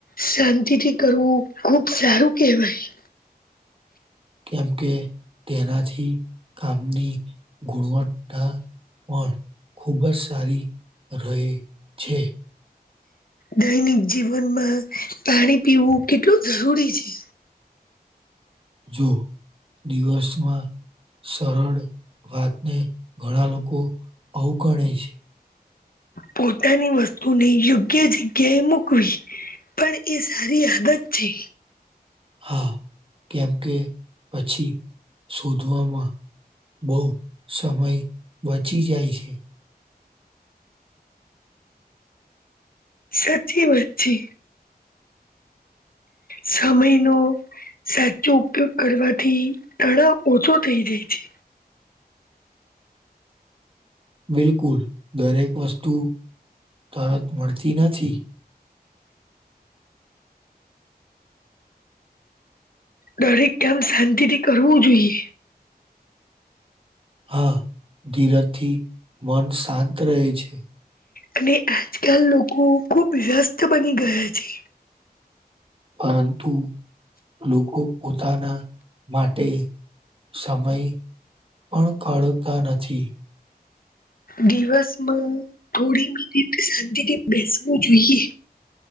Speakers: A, on the left (about 60°); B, on the right (about 35°).
A: શાંતિથી કરવું ખુબ સારું કેહેવાય
B: કેમ કે તેનાથી કામની ગુણવત્તા પણ ખૂબ જ સારી રહે છે.
A: દૈનિક જીવનમાં પાણી પીવું કેટલું જરૂરી છે.
B: જો દિવસમાં સરળ વાતને ઘણા લોકો અવગણેય છે.
A: પોતાની વસ્તુને યોગ્ય જગ્યાએ મૂકવી પણ એ સારી આદત છે.
B: હા કેમ કે પછી શોધવામાં બહુ સમય બચી જાય છે
A: સાચી વાત છે સમય નો સાચો ઉપયોગ કરવાથી તણાવ ઓછો થઈ જાય છે.
B: બિલકુલ દરેક વસ્તુ તરત મળતી નથી
A: દરેક કામ શાંતિથી કરવું જોઈએ
B: હા ધીરજથી મન શાંત રહે છે.
A: અને આજકાલ લોકો ખુબ વ્યસ્ત બની ગયા છે.
B: પરંતુ લોકો પોતાના માટે સમય પણ કાળતા નથી.
A: દિવસમાં થોડી, મિનિટ શાંતિથી બેસવું જોઈએ